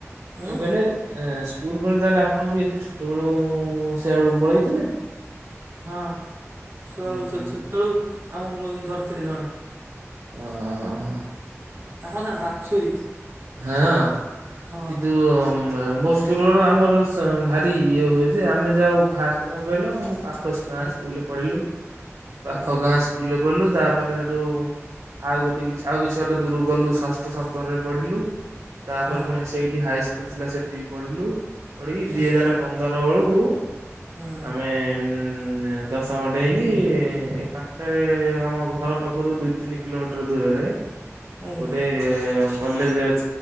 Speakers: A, on the right; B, on the right.
A: ଉଁ
B: କଁ କହିଲେ ଏଁ ସ୍କୁଲ୍ ବେଳେ ତାହେଲେ ଆପଣ ବି ଏତେ ଛୋଟ ବେଳୁ ସେଆଡ଼ୁକୁ ପଳେଇଥିଲେ?
A: ହଁ ଶୁଆଳୁ
B: ଓହୋ
A: ସେତେବେଳୁ ଆମକୁ ଧରିଥିଲେ ଜଣେ।
B: ଓଁ ହ ହ।
A: ତାଙ୍କ ନା ବାଛୁରୀ।
B: ହଁ
A: ହଁ
B: କିନ୍ତୁ ମୋ ପୂର୍ବ ରୁ ଆମର ଭାରି ଇଏ ହୁଏ ଯେ ଆମେ ଯାଉ ଫାଷ୍ଟ କଣ କହିଲ ଆମ ପାଖ ଗାଁ
A: ଆଜ୍ଞା
B: ସ୍କୁଲ ପଢିଲୁ ପାଖ
A: ଆଜ୍ଞା
B: ଗାଁ ବୁଲ ପଡିଲୁ ତାପରେ ସେଠୁ ଆଉ ଗୋଟେ କି ଆଉ କିଛି ଗୋଟେ ଦୂରକୁ ଗଲୁ। ଷଷ୍ଠ ଶବ୍ଦରେ ପଢିଲୁ ତାପରେ
A: ହଁ
B: ପୁଣି ସେଇଠି ହାଇସ୍କୁଲ ଥିଲା ସେଠି ବି ପଢିଲୁ ଉଡିକି ଦି
A: ଆଜ୍ଞା
B: ହଜାର ପନ୍ଦର ବେଳକୁ
A: ହୁଁ
B: ଆମେ ଉ ଦଶ ବଡେଇକି ଏ ପାଖରେ ଆମ ଘର ପାଖରୁ ଦୁଇ ତିନି କିଲୋମିଟର ଦୂରରେ।
A: ଆଜ୍ଞା
B: ଗୋଟେ କଲେଜ ଅ